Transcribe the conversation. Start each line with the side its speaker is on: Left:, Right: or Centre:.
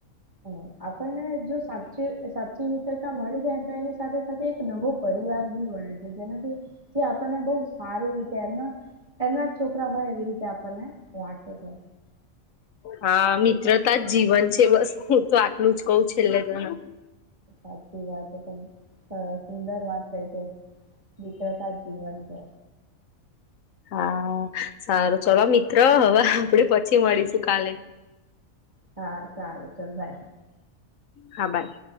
Right: હમ્મ આપણને જો સાચે સાચી મિત્રતા મળી જાય ને તો એની સાથે સાથે એક નવો પરિવાર બી બને છે. જેનાથી જે આપણને બહું સારી રીતે એમના એમના જ છોકરા હોય એવી રીતે આપણને રાખે છે.
Left: હા મિત્રતા જ જીવન છે બસ હું તો આટલું જ કંઉ છેલ્લે ધણાં
Right: સાચી વાત તો તો અ સુંદર વાત થઈ ગઈ મિત્રતા ‌જ જીવન છે.
Left: હા સારું ચલો મિત્ર હવે આપણે પછી મળીશું કાલે
Right: હા સારુ ચલ બાય
Left: હા બાય